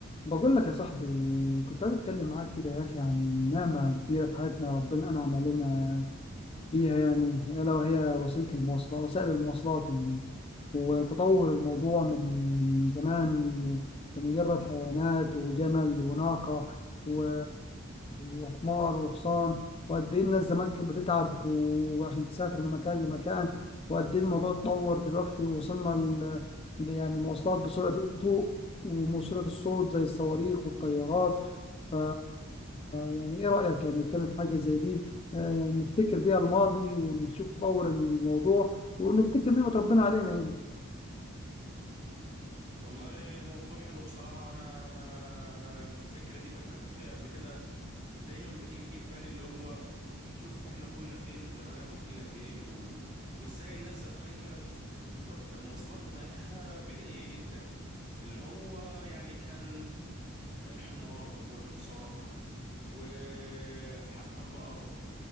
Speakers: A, on the left; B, on the right.
A: بقول لك يا صاحبي كنت عايز اتكلم معاك كده يا اخي عن نعمه كبيره في حياتنا ربنا انعم علينا فيها يعني ألا وهي وسيلة المواصلات وسائل المواصلات يعني وتطور الموضوع من زمان لمجرد حيوانات وجمل وناقة و- وحمار وحصان وقد إيه الناس زمان كانت بتتعب وعشان تسافر من مكان لمكان وقد إيه الموضوع اتطور دلوقتي ووصلنا ل... ل- يعني مواصلات بسرعة الضوء وموصلة الصوت زي الصواريخ والطيارات ف يعني إيه رأيك يعني نتكلم في حاجة زي دي آه، نفتكر بيها الماضي ونشوف تطور الموضوع ونفتكر نعمة ربنا علينا يعني
B: والله موضوع حلو بصراحة وأنا آه، الفكرة دي فكرت فيها قبل كده دايما بتيجي في بالي اللي هو شوف إحنا كنا فين زمان وبقينا فين و... وإزاي الناس زمان كانت و- المواصلات بتاعتها بدائية جدا اللي هو يعني كان الحمار والحصان وحتى البقر